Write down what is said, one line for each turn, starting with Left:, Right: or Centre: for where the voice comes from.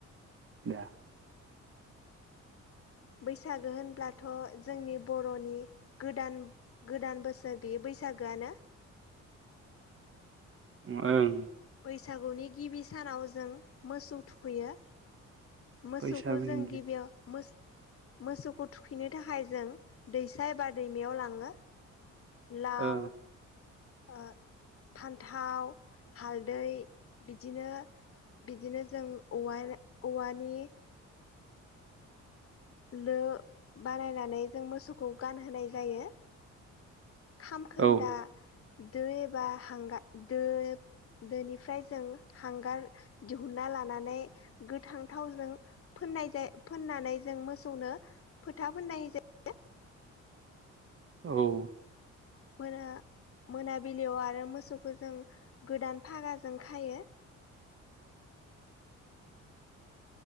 Right: दे।
Left: बैसागो होनब्लाथ' जोंनि बर'नि गोदान गोदान बोसोर बेयो बैसागोआनो।
Right: ओं।
Left: बैसागुनि गिबि सानाव जों मोसौ थुखैयो। मोसौखौ
Right: बैसागुनि
Left: जों गिबियाव मो-मोसौ खौ थुखैनो थाखाय जों दैसा एबा दैमायाव लाङो। लाव
Right: ओ
Left: ओ फान्थाव हालदै बिदिनो बिदिनो जों औवा औवानि लो बानायनानै जों मोसौखौ गानहोनाय जायो। खामखोन्दा
Right: औ
Left: दो एबा हांगार दो दोनिफ्राय जों हांगार दिहुनना लानानै गोथां थावजों फोन्नाय जाय फोननानै जों मोसौनो फोथा फोननाय जायो।
Right: औ।
Left: मोना मोनाबिलियाव आरो मोसौखौ जों गोदान फागाजों खायो। <inaudible>